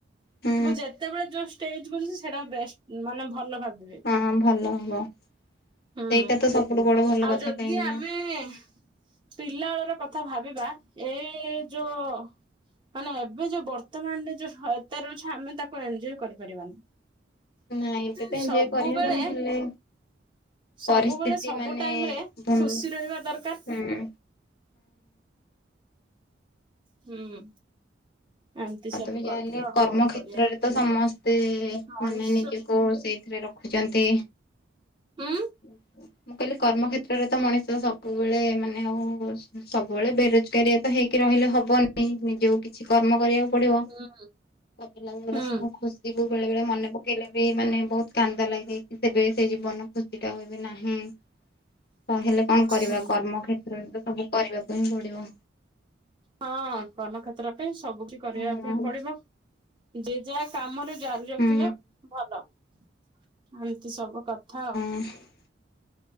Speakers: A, on the left (about 55°); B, on the right (about 25°).
A: ହୁଁ
B: ମୁଁ ଯେତେବେଳେ ଯୋଉ ଷ୍ଟେଜ ବୁଝଛି ସେଇଟା ବେଷ୍ଟ ମାନେ ଭଲ ଭାବୁି
A: ହଁ ଭଲ ହବ।
B: ହୁଁ
A: ସେଇଟା ତ ସବୁଠୁ ବଡ ଭଲ
B: ଆଉ
A: କଥା
B: ଯଦି
A: କାହିଁକି
B: ଆମେ।
A: ନା
B: ପିଲାବେଳର କଥା ଭାବିବା ଏ ଯୋଉ। ମାନେ ଏବେ ଯୋଉ ବର୍ତ୍ତମାନରେ ଯୋଉ ସୟତାାରେ ଅଛି ଆମେ ତାକୁ ଏନଜୟ କରିପାରିବାନି।
A: ନାଇଁ ଏବେ ତ ଏଞ୍ଜୟ
B: ସବୁବେଳେ।
A: କରିହବନି ହେଲେ ପରିସ୍ଥିତି
B: ସବୁବେଳେ ସବୁ
A: ମାନେ
B: ଟାଇମ ରେ
A: ହୁଁ
B: ଖୁସି ରହିବା ଦରକାର।
A: ହୁଁ।
B: ହୁଁ। ଏମିତି
A: ଆଉ
B: ସବୁ
A: ତମ ଯାଲେ
B: କଥା ଆଉ
A: କର୍ମ
B: କଣ କରିବା।
A: କଖେତ୍ରରେ ତ ସମସ୍ତେ
B: ମଣିଷ
A: ମାନେ ନିଜକୁ ସେଇଥିରେ ର ରଖୁଛନ୍ତି।
B: ଉଁ
A: ଆଜ୍ ହା ମୁଁ କହିଲି କର୍ମ କଖେତ୍ରରେ ତ ମଣିଷ ସବୁବେଳେ ମାନେ ଆଉ ସବୁବେଳେ ବେରୋଜଗାରୀ। ତ ହେଇକି ରହିଲେ ହବନି ନିଜଉ। କିଛି କର୍ମ କରିବାକୁ ପଡିବ
B: ହୁଁ
A: ପିଲାର
B: ହୁଁ
A: ସବୁ ଖୁସି। ବେଳେ ବେଳେ ମନେ ପକେଇଲେ ବି ମାନେ ବହୁତ କାନ୍ଦ ଲାଗିଯାଇଛି ସେବେ ସେ ଜୀବନ। ଖୁସି ଟା ହୁଏବ ନାହିଁ ତ ହେଲେ କଣ କରିବା
B: ହୁଁ
A: କର୍ମ କେତ୍ର। <unintelligible> ସବୁ କରିବାକୁ ହିଁ ପଡିବ।
B: ହଁ କର୍ମକ୍ଷେତ୍ର ପାଇଁ ସବୁ କିଛି କରିବା
A: ହଁ
B: ପାଇଁ ପଡିବ। ଯେ ଯାହା କାମରେ ଜାରି ରଖିଲେ
A: ହୁଁ
B: ଭଲ। ଏମିତି ସବୁ କଥା ଆଉ।
A: <inaudible>